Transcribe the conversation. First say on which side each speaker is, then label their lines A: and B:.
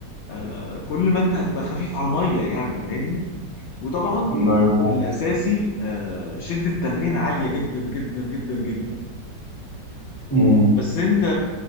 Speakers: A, on the left; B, on the left.
A: آه كل ما انت هتبقى خفيف على المية يعني فاهمني وطبعا
B: أيوة فاهم
A: الاساسي آه شدة تمرين عالية جدا جدا جدا جدا
B: أمم.
A: بس انت